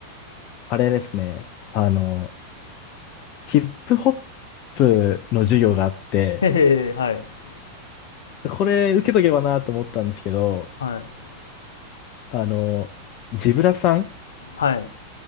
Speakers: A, on the left (about 40°); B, on the left (about 65°).
A: あれですね。あの、ヒップホップの授業があって、
B: い。へえ、はい。
A: これ受けとけばなと思ったんですけど、
B: はい。
A: あの、ジブラさん
B: はい。